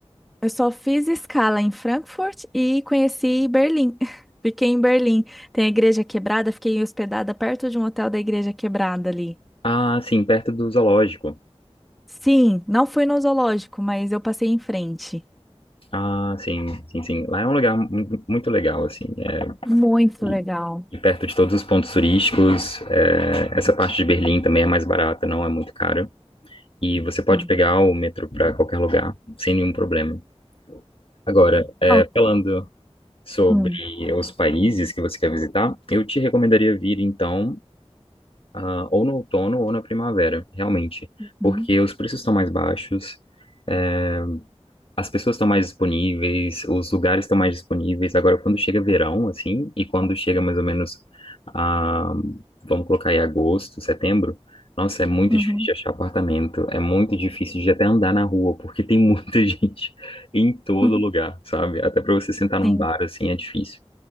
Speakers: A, in the centre; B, on the left.
A: Eu só fiz escala em Frankfurt e conheci Berlim. <laughs> Fiquei em Berlim. Tem a Igreja Quebrada, fiquei hospedada perto de um hotel da Igreja Quebrada ali.
B: Ah, sim, perto do zoológico.
A: Sim, não fui no zoológico, mas eu passei em frente.
B: Ah, sim, sim, sim. Lá é um lugar mu- muito legal, assim. É,
A: Muito
B: e,
A: legal.
B: e perto de todos os pontos turísticos. é, essa parte de Berlim também é mais barata, não é muito cara. E você pode
A: Hum.
B: pegar o metrô para qualquer lugar, sem nenhum problema. Agora, é,
A: Ah,
B: falando sobre
A: hum,
B: os países que você quer visitar, eu te recomendaria vir, então, ah, ou no outono ou na primavera, realmente.
A: Uhum.
B: Porque os preços estão mais baixos. é, as pessoas estão mais disponíveis, os lugares estão mais disponíveis. Agora, quando chega verão, assim, e quando chega mais ou menos, a, vamos colocar aí agosto, setembro, nossa, é muito
A: Uhum.
B: difícil de achar apartamento, é muito difícil de até andar na rua, porque tem muita <laughs> gente em todo
A: <laughs>
B: lugar, sabe? Até para você sentar num
A: Sim.
B: bar, assim, é difícil.